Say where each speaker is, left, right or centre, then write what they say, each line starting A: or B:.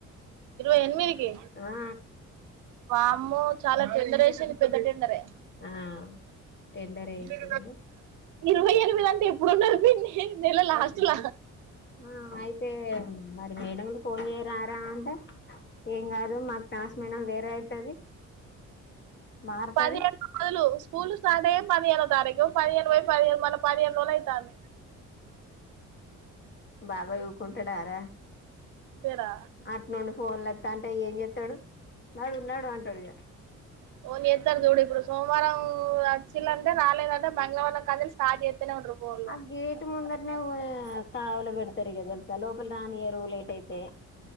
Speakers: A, on the right; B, on the left.
A: ఇరవై ఎనిమిదికి
B: ఆ
A: వామ్మో చాలా టెండరేసింది పెద్దటెండరే
B: ఆ టెండర్ వేసింది
A: ఏ ఇరవై ఎనిమిది అంటే ఎప్పుడున్నది పిన్నీ నెల లాస్ట్ ల
B: ఆ అయితే మరి మేడం కు ఫోన్ చేయరార అంటే ఏం గాదు మా క్లాస్ మేడం వేరే అయితది మారుతది
A: పదిహేడు రోజులు స్కూల్ స్టార్ట్ అయి పదిహేనో తారీఖు పదిహేను పోయి పదిహేను మల్ల పదిహేను రోజులు అయితంది
B: బాబాయి ఊకుంటడారా
A: అంతేరా
B: అట్ నుండి ఫోన్లు ఒత్తాంటే ఏం చెత్తడు నడువు నడు అంటాడు ఇగ
A: ఫోన్ చెత్తరు చూడు ఇప్పుడు సోమవారం వచ్చిల్లంటే రాలేదంటే మంగళవారం కాంచెలి స్టార్ట్ చేత్తనే ఉంటరు ఫోన్లు
B: ఆ గేట్ ముందట్నే కావలి పెడతారు ఇగ తెల్సా లోపలి రానియరు లేట్ అయితే